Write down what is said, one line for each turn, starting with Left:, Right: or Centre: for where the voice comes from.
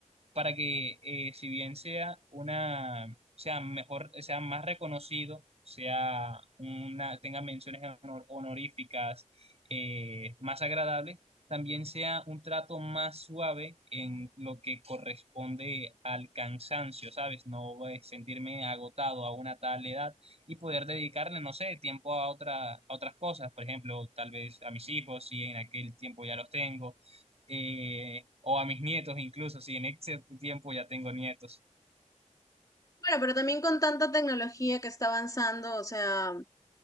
Right: para que eh, si bien sea una, sea mejor, sea más reconocido, sea una, tenga menciones honor- honoríficas eh, más agradables, también sea un trato más suave en lo que corresponde al cansancio, ¿sabes? No eh, sentirme agotado a una tal edad y poder dedicarle, no sé, tiempo a otra, a otras cosas, por ejemplo, tal vez a mis hijos, si en aquel tiempo ya los tengo eh, o a mis nietos incluso, si en cierto tiempo ya tengo nietos.
Left: Bueno, pero también con tanta tecnología que está avanzando, o sea,